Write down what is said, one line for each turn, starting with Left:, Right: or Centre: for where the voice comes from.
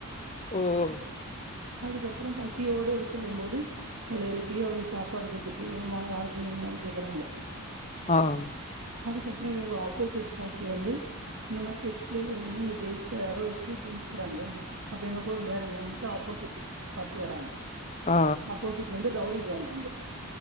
Left: உம்
Right: அதுக்கப் அப்புறம் பசியோடு இருக்கும் போது அவள எழுப்பி அவளுக்கு சாப்பாடு குத்துட்டு ஏமா யாரு நீ என்னு கேக்குறாங்க
Left: ஆஹ்
Right: அதுக்கப்புறம் இவங்க ஆப்போசிட் பார்ட்டி வந்து இந்த மாதிரி செஸ் பிளேயர் வந்து இங்க ஜெயிச்ச வர வச்சு ஜெயிச்சிக்கிறாங்க அப்ப எங்க கூட விளையாடுங்கட்டு ஆப்போசிட் பார்ட்டி வறாங்க
Left: ஆ
Right: ஆப்போசிட் வந்து ரவுடி கேங் அவுங்க